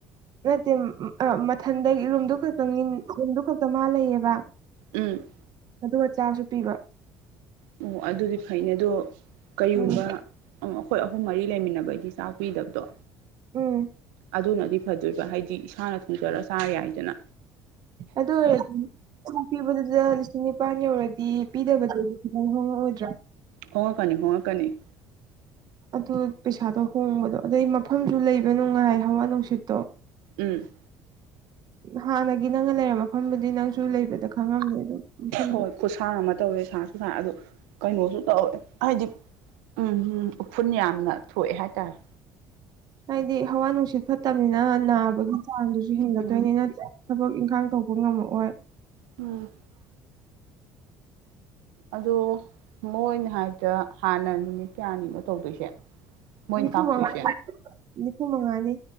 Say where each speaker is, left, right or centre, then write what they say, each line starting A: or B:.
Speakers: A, on the right (about 55°); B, on the right (about 80°).
A: ꯅꯠꯇꯦ ꯃꯊꯟꯗꯒꯤ ꯔꯨꯝꯗꯨ ꯈꯛꯇ ꯔꯨꯝꯗꯨ ꯈꯛꯇ ꯃꯥ ꯂꯩꯌꯦꯕ
B: ꯎꯝ
A: ꯑꯗꯨꯒ ꯆꯥꯛꯁꯨ ꯄꯤꯕ
B: ꯑꯣ ꯑꯗꯨꯗꯤ ꯐꯩꯅꯦ ꯑꯗꯣ ꯀꯔꯤꯒꯨꯝꯕ
A: ꯎꯝ
B: ꯑꯩꯈꯣꯏ ꯑꯍꯨꯝ ꯃꯔꯤ ꯂꯩꯃꯤꯟꯅꯕꯩꯗꯤ ꯆꯥꯛ ꯄꯤꯗꯕꯗꯣ
A: ꯎꯝ
B: ꯑꯗꯨꯅꯗꯤ ꯐꯗꯣꯏꯕ ꯍꯥꯏꯗꯤ ꯏꯁꯥꯅ ꯊꯣꯡꯖꯔꯁꯨ ꯆꯥ ꯌꯥꯏꯗꯅ
A: ꯑꯗꯨ ꯑꯣꯏꯔꯗꯤ ꯄꯤꯕꯗꯨꯗ ꯂꯤꯁꯤꯡ ꯅꯤꯄꯥꯟ ꯌꯧꯔ ꯗꯤ ꯄꯤꯗꯕꯗꯗꯤ ꯈꯤꯇꯥꯪ ꯍꯣꯡꯉꯛꯑꯣꯏꯗ꯭ꯔ‌ꯣ
B: ꯍꯣꯡꯉꯛꯀꯅꯤ ꯍꯣꯡꯉꯛꯀꯅꯤ
A: ꯑꯗꯨ ꯄꯩꯁꯥꯗꯣ ꯍꯣꯡꯕꯗꯣ ꯑꯗꯩ ꯃꯐꯝꯁꯨ ꯂꯩꯕ ꯅꯨꯡꯉꯥꯏ ꯍꯋꯥ ꯅꯨꯡꯁꯤꯠꯇꯣ
B: ꯎꯝ
A: ꯍꯥꯟꯅꯒꯤ ꯅꯪꯅ ꯂꯩꯔꯝꯕ ꯃꯐꯝꯗꯨꯗꯤ ꯅꯪꯁꯨ ꯂꯩꯕꯗ ꯈꯪꯉꯝꯅꯤ ꯑꯗꯨꯝ ꯃꯐꯝꯗꯣ
B: ꯍꯣꯏ ꯈꯨꯠꯁꯥ ꯑꯃ ꯇꯧꯋꯦ ꯁꯥꯁꯨ ꯁꯥꯏ ꯑꯗꯨ ꯀꯩꯅꯣꯁꯨ ꯇꯧꯋꯦ ꯍꯥꯏꯗꯤ ꯎꯝ ꯎꯝ ꯎꯐꯨꯟ ꯌꯥꯝꯅ ꯊꯣꯛꯑꯦ ꯍꯥꯏꯇꯥꯔꯦ
A: ꯍꯥꯏꯗꯤ ꯍꯋꯥ ꯅꯨꯡꯁꯤꯠ ꯐꯠꯇꯝꯅꯤꯅ ꯅꯥꯕꯒꯤ ꯆꯥꯡꯗꯨꯁꯨ ꯍꯦꯟꯒꯠꯇꯣꯏꯅꯤ
B: ꯎꯝ
A: ꯅꯠꯇ꯭ꯔ ꯊꯕꯛ ꯏꯪꯈꯥꯡ ꯇꯧꯕ ꯉꯝꯃꯛꯑꯣꯏ
B: ꯎꯝ ꯑꯗꯣ ꯃꯣꯏꯅ ꯍꯥꯏꯕꯗ ꯍꯥꯟꯅ ꯅꯨꯃꯤꯠ ꯀꯌꯥꯅꯤꯅꯣ ꯇꯧꯗꯣꯏꯁꯦ ꯃꯣꯏꯅ
A: ꯅꯤꯐꯨ
B: ꯇꯥꯛꯇꯣꯏꯁꯦ
A: ꯃꯉꯥꯅꯤ ꯅꯤꯐꯨ ꯃꯉꯥꯅꯤ